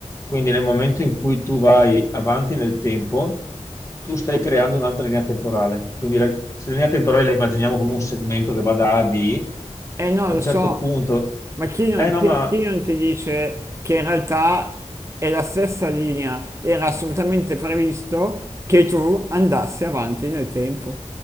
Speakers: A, on the left (about 25°); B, on the right (about 25°).
A: Quindi nel momento in cui tu vai avanti nel tempo, tu stai creando un'altra linea temporale. Quindi la, se la linea temporale la immaginiamo come un segmento che va da A a B,
B: Eh no,
A: a
B: lo
A: un
B: so,
A: certo punto,
B: Ma chi non,
A: eh no,
B: chi-
A: ma,
B: chi non ti dice che in realtà è la stessa linea, era assolutamente previsto che tu andassi avanti nel tempo,